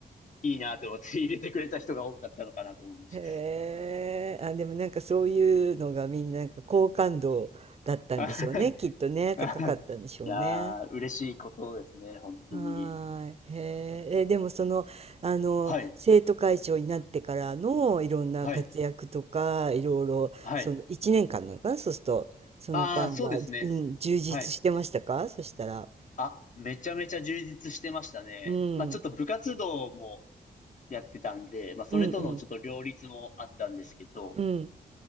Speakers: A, on the left; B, on the right.
A: いいなと思って入れてくれた人が多かったのかなと思いまし
B: へえ、あ、でもなんかそういうのがみんななんか好感度だったんでしょうね。
A: た。はい
B: きっとね、高かったんでしょうね。
A: はいいやー、嬉しいことですね、本当に。
B: はーい。へーえ、でもその、あの、
A: はい、
B: 生徒会長になってからのいろんな活躍とか、
A: はい、
B: いろいろ、
A: はい。
B: その1年間なのかな、そうすると、その間は、
A: ああ、そうですね。
B: うん、充実してましたかそしたら。
A: はい。あ、めちゃめちゃ充実してましたね。
B: うん、
A: まあちょっと部活動もやってたんで、まあそれとのちょっと両立もあったんですけど、
B: うん、うん、うん、